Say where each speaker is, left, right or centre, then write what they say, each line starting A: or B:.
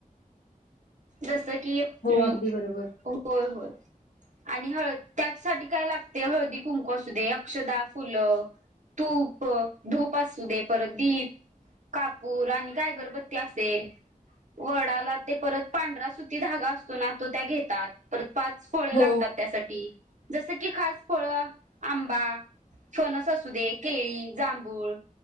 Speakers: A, on the right; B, on the left.
A: जस ज की
B: हो
A: आम्
B: अगदी बरोबर
A: होय होय आणि हळ त्याचसाठी काय लागते हळदी, कुंकू असू दे अक्षदा, फुल, तूप, धूप असू दे परत दीप कापूर आणि काय घरबत्ती असेल वडाला ते परत पांढरा सु्ट धगा असतो ना तो त्या घेतात परत पाच फळे
B: हो
A: लागतात त्यासाठी जस खास फळ आंबा, फणस, असू दे केळी, जांभूळ,